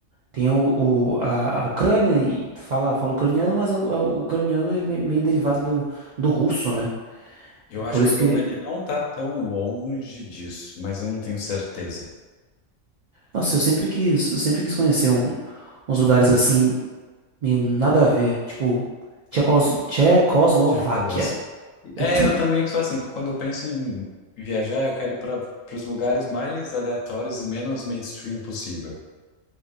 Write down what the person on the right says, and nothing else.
tenho o, o- a, a Ucrânia e fala fala ucraniano, mas o, o ucraniano ele me- meio derivado do, do russo, né?
Por isso
que,
nossa, eu sempre quis, eu sempre quis conhecer um- uns lugares assim meio nada a ver, tipo Tchecos, Tchecoslováquia.
<laughs>